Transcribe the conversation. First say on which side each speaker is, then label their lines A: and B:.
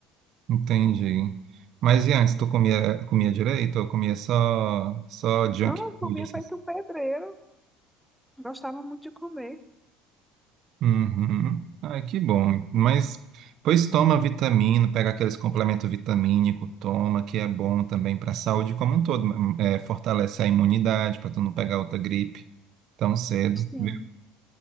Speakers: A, on the right; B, in the centre.
A: Entendi. Mas e antes, tu comia, comia direito ou comia só, só junk
B: Não, eu comia
A: food? essas-
B: feito pedreiro. Gostava muito de comer.
A: Uhum. Ai, que bom. Mas, pois toma vitamina, pega aqueles complementos vitamínico, toma, que é bom também para a saúde como um todo. hum, É, fortalece a imunidade para tu não pegar outra gripe tão cedo,
B: Sim,
A: viu?